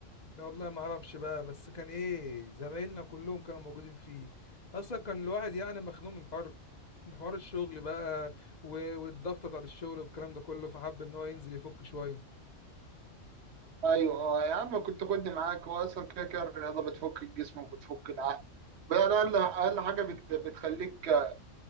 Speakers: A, on the left; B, on the right.
A: لا والله ما اعرفش بقى بس كان ايه زمايلنا كلهم كانوا موجودين فيه اصلا كان الواحد يعني مخنوق من حر من حوار الشغل بقى و- والضغط بتاعت الشغل والكلام ده كله فحب ان هو ينزل يفك شوية
B: ايوه آه يا عم كنت خدني معاك هو اصلا كده كده الرياضه بتفك الجسم وبتفك العقل بقى اقل اقل حاجه بت بتخليك آه،